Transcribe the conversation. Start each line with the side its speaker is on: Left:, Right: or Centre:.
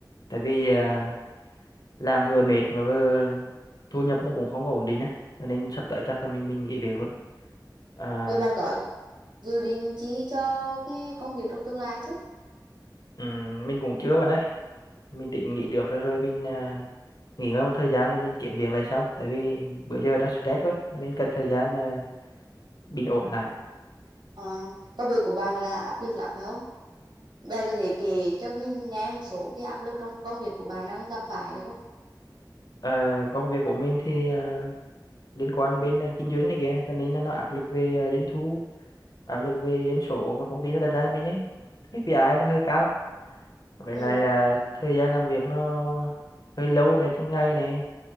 Left: Tại vì ờ, làm vừa mệt mà vừa thu nhập nó cũng không có ổn định á, cho nên sắp tới chắc là mình mình nghỉ việc luôn. À,
Right: rồi bạn có dự định chi cho cái công việc trong tương lai chứ
Left: ừm, mình cũng chưa bạn ơi. Mình tính nghỉ trước rồi rồi mình ờ, nghỉ ngơi một thời gian rồi mình kiếm việc lại sau. Tại vì bữa giờ đang stress quá, cho nên cần thời gian ờ, bình ổn lại.
Right: Ờ, công việc của bạn là áp lực lắm phải không bạn có thể kể cho mình nghe một số cái áp lực trong công việc của bạn đang gặp phải được không
Left: Ờ, công việc của mình thì ờ, liên quan bên ờ, kinh doanh này kìa cho nên là nó áp lực về ờ, doanh thu áp lực về doanh số mà công ty nó đặt ra cho mình ấy KPI nó hơi cao vậy
Right: ừ,
Left: là à, thời gian làm việc nó hơi lâu này trong ngày này